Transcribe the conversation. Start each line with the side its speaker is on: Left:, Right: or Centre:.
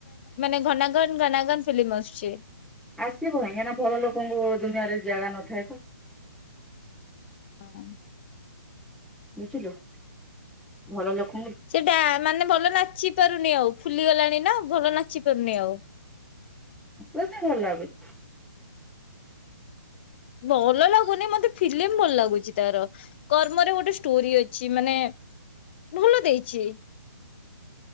Left: ମାନେ ଘନାଘନ ଘନାଘନ ଫିଲ୍ମ ଆସୁଛି।
Centre: ଆସିବ <inaudible> ଭଲ ଲୋକଙ୍କୁ ଦୁନିଆରେ ଜାଗା ନଥାଏ ତ।
Left: ହଁ।
Centre: ବୁଝିଲୁ ଭଲ ଲୋକ।
Left: ସେଟା ମାନେ ଭଲ ନାଚି ପାରୁନି ଆଉ ଫୁଲି ଗଲାଣି ନା ଭଲ ନାଚ ଚିପାରୁନି ଆଉ।
Centre: ମତେ ଭଲ ଲାଗୁଛି।
Left: ଭଲ ଲାଗୁନି ମତେ ଫିଲ୍ମ ଭଲ ଲାଗୁଛି ତାର କର୍ମରେ ଗୋଟେ ଷ୍ଟୋରି ଅଛି ମାନେ ଭଲ ଦେଇଛି।